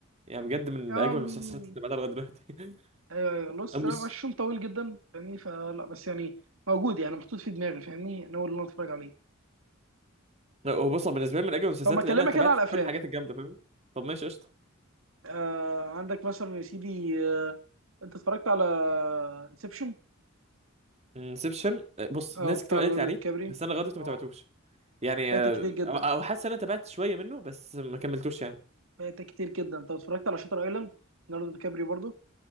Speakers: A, on the right; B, on the right.
A: يعني بجد من
B: أم...
A: اجمل المسلسلات اللي تابعتها لغايه دلوقتي <laughs>
B: ايوه ايوه لوست
A: أو مش
B: لا بس عشان طويل جدا فاهمني فلا بس يعني موجود يعني محطوط في دماغي فاهمني ناوي ان انا اتفرج عليه
A: لا، هو بص هو بالنسبه لي من اجمل المسلسلات
B: طب ما اكلمك
A: لان انا تابعت
B: انا على
A: كل
B: الافلام
A: الحاجات الجامده فاهمني طب ماشي قشطه
B: آه... عندك مثلا يا سيدي آه... انت اتفرجت على انسبشن
A: انسبشن بص
B: اه
A: ناس
B: بتاع
A: كتير
B: ليوناردو
A: قالت لي عليه
B: دي كابري
A: بس انا لغايه دلوقتي
B: اه
A: ما تابعتوش يعني
B: فايتك
A: آه،
B: كتير جدا
A: او أو حاسس ان انا تابعت شويه منه بس ما كملتوش يعني
B: فايتك كتير جدا انت اتفرجت على شاتر ايلاند ليوناردو دي كابري برضو